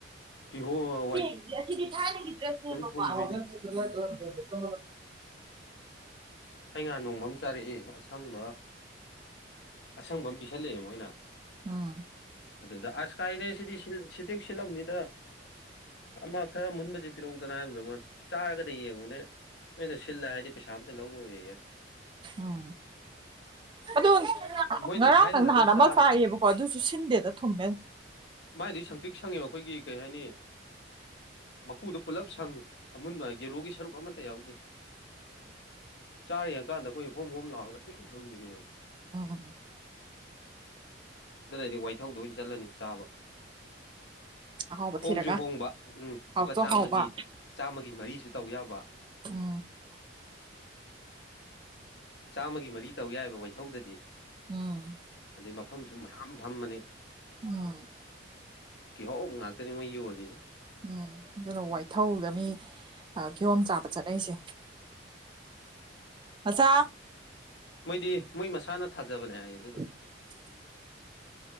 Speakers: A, on the left; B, on the right.
A: <inaudible> ꯀꯤꯍꯣꯝ
B: <unintelligible>
A: ꯊꯨꯝꯕꯤꯅꯤ ꯑꯩ ꯉꯥꯍꯥꯟ ꯅꯣꯡꯃ ꯑꯃ ꯆꯥꯔꯛꯑꯦ ꯑꯁꯪꯕ ꯑꯁꯪꯕ ꯑꯃ ꯄꯤꯁꯜꯂꯛꯑꯦ ꯃꯣꯏꯅ
B: ꯎꯝ
A: ꯑꯗꯨꯗ ꯑꯁ ꯀꯥꯏꯗꯩ ꯁꯤꯗꯤ ꯁꯤꯜ ꯁꯤꯟꯗꯤꯡ ꯁꯤꯜꯂꯝꯅꯤꯗ ꯑꯃ ꯈꯔ ꯑꯃꯨꯟꯕꯖꯤ ꯄꯤꯔꯛꯎꯗꯅ ꯍꯥꯏꯕꯗꯨꯗ ꯃꯣꯏꯅ ꯆꯥꯔꯒꯗꯤ ꯌꯦꯡꯉꯨꯅꯦ ꯅꯣꯏꯅ ꯁꯤꯜꯂꯦ ꯍꯥꯏꯔꯗꯤ ꯄꯩꯁꯥ ꯑꯝꯇ ꯂꯧꯔꯣꯏꯑꯌꯦ
B: ꯎꯝ ꯑꯗꯣ
A: ꯃꯣꯏꯗ
B: ꯉꯔꯥꯡ
A: ꯈꯥꯏꯍꯜꯂꯒ
B: ꯂ ꯅꯍꯥꯟ
A: ꯆꯥꯔꯦ
B: ꯂ ꯑꯃ ꯆꯥꯏꯌꯦꯕꯀꯣ ꯑꯗꯨꯁꯨ ꯁꯤꯟꯗꯦꯗ ꯊꯨꯝꯃꯦ
A: ꯃꯥꯏꯗꯤ ꯁꯪꯇ꯭ꯔꯤꯛ ꯁꯪꯉꯦꯕ ꯑꯩꯈꯣꯏꯒꯤ ꯀꯩ ꯍꯥꯏꯅꯤ ꯃꯀꯨꯗꯨ ꯄꯨꯜꯂꯞ ꯁꯪꯉꯤ ꯑꯃꯨꯟꯕ ꯌꯦꯂꯣꯒꯤ ꯁꯔꯨꯛ ꯑꯃꯠꯇ ꯌꯥꯎꯗꯦ ꯆꯥꯔ ꯌꯦꯡꯉꯀꯥꯟꯗ ꯑꯩꯈꯣꯏ ꯍꯣꯝ ꯍꯣꯝ ꯂꯥꯎꯔꯒ ꯊꯤ ꯊꯨꯝꯕꯤꯅꯦꯕ
B: ꯎꯝ
A: ꯑꯗꯨꯅ ꯑꯩꯗꯤ ꯋꯥꯏꯊꯧꯗ ꯑꯣꯏꯅ ꯆꯠꯂꯅꯤ ꯆꯥꯕ
B: ꯑꯍꯥꯎꯕ
A: ꯍꯣꯡꯖꯨ
B: ꯊꯤꯔꯒ
A: ꯍꯣꯡꯕ ꯎꯝ
B: ꯍꯥꯎꯁꯨ
A: ꯂꯨꯄꯥ ꯆꯥꯝꯃꯒꯤ
B: ꯍꯥꯎꯕ
A: ꯆꯥꯝꯃꯒꯤ ꯃꯔꯤꯁꯨ ꯇꯧ ꯌꯥꯕ
B: ꯎꯝ
A: ꯆꯥꯝꯃꯒꯤ ꯃꯔꯤ ꯇꯧ ꯌꯥꯏꯑꯦꯕ ꯋꯥꯏꯊꯧꯗꯗꯤ
B: ꯎꯝ
A: ꯑꯗꯩ ꯃꯐꯝꯁꯨ ꯃꯌꯥꯝ ꯐꯃꯅꯤ
B: ꯎꯝ
A: ꯀꯤꯍꯣꯝ ꯉꯥꯛꯇꯅꯤ ꯃꯣꯏ ꯌꯣꯜꯂꯤꯖꯦ
B: ꯎꯝ ꯑꯗꯨꯅ ꯋꯥꯏꯊꯧꯗ ꯃꯤ ꯑ ꯀꯤꯌꯣꯝ ꯆꯥꯕ ꯆꯠꯅꯩꯁꯦ ꯃꯆꯥ
A: ꯃꯣꯏꯗꯤ ꯃꯣꯏ ꯃꯁꯥꯅ ꯊꯥꯖꯕꯅꯦ ꯍꯥꯏꯌꯦ ꯑꯗꯨꯗꯣ
B: <inaudible>